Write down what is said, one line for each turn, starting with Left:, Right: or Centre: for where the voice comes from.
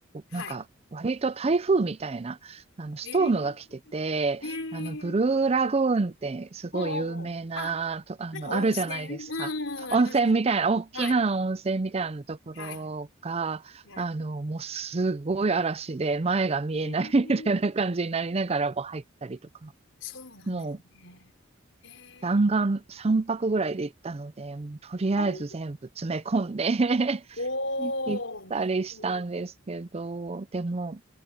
Left: は
Right: なんか、割と台風みたいな、あの、ストームが来てて、
Left: い。えー、え
Right: あの、ブルーラグーンってすごい有名な、
Left: ー、ほうほうほう。あ、
Right: と、あの、
Left: なんか温泉うん、
Right: あるじゃないですか。
Left: うんありますね。
Right: 温泉みたいな、大きな温泉みたいなところが、
Left: はい。はい。はい。
Right: あの、もうすごい嵐で前が見えない
Left: えー
Right: <laughs> みたいな感じになりながらも入ったりとか。
Left: そうなんですね。
Right: もう
Left: え
Right: 弾丸3泊ぐらいで行ったので、
Left: ー、
Right: もうとりあえず全部詰め込んで
Left: ああ、おー、
Right: <laughs> 行ったりしたんですけど、
Left: なるほど。
Right: でも、